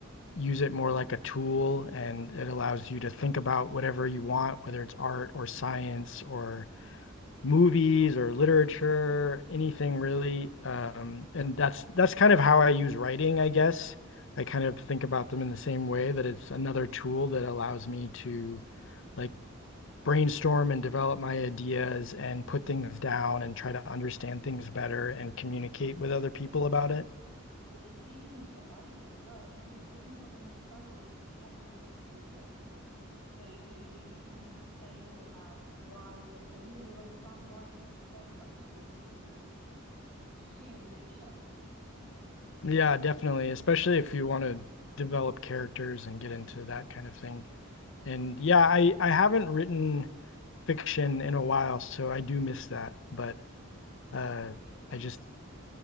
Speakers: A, on the left; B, on the right.
A: use it more like a tool and it allows you to think about whatever you want, whether it's art or science or movies or literature, anything really. Um, and that's that's kind of how I use writing, I guess. I kind of think about them in the same way that it's another tool that allows me to like brainstorm and develop my ideas and put things down and try to understand things better and communicate with other people about it.
B: think it deepens the writing as well because you, you have more of an understanding of what makes people tick. So, you know, you, you can say more about why they or no understand why somebody does something because of just human nature, I suppose.
A: Yeah, definitely. Especially if you want to develop characters and get into that kind of thing. And yeah, I I haven't written fiction in a while, so I do miss that. But uh
B: It is really
A: I just
B: fun.